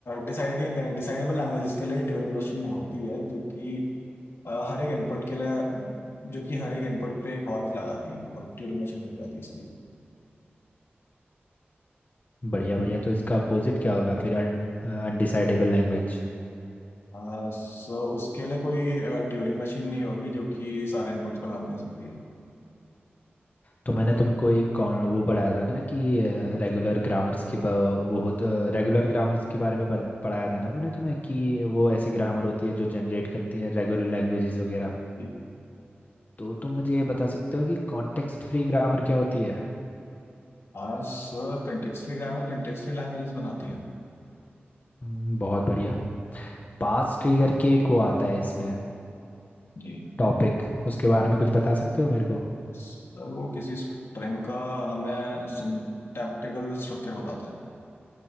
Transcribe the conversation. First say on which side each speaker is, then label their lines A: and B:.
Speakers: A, on the left; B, on the left.
A: डिसाइडिंग डिसाइडेबल लैंग्वेज के लिए ट्यूरिंग मशीन होती है जो कि अह, हर एक इनपुट के लिए जो कि हर एक इनपुट पे एक हॉल्ट लगाती है मतलब ट्यूरिंग मशीन पे लगाती है इसके लिए
B: बढ़िया बढ़िया तो इसका अपोजिट क्या होगा फिर अन अनडिसाइडेबल लैंग्वेज
A: आ, सो उसके लिए कोई ट्यूरिंग मशीन नहीं होगी जो कि सारे इनपुट्स पर काम कर सकती है
B: तो मैंने तुमको एक कौन- वो पढ़ाया था ना कि रेगुलर ग्रामर्स के बा- वो होता रेगुलर ग्रामर्स के बारे में पढ़- पढ़ाया था ना मैंने तुम्हें कि वो ऐसी ग्रामर होती है जो जनरेट करती है रेगुलर लैंग्वेजेस वगैरह
A: जी
B: तो तुम मुझे ये बता सकते हो कि कॉन्टेक्स्ट फ्री ग्रामर क्या होती है
A: आ, Sir context free grammar context free languages बनाती है
B: हम्म, बहुत बढ़िया पास्ट ट्री करके एक वो आता है इसमें
A: जी
B: टॉपिक उसके बारे में कुछ बता सकते हो मेरे को
A: सर वो किसी स्ट्रिंग का हमें सिंटैक्टिकल स्ट्रक्चर बताता है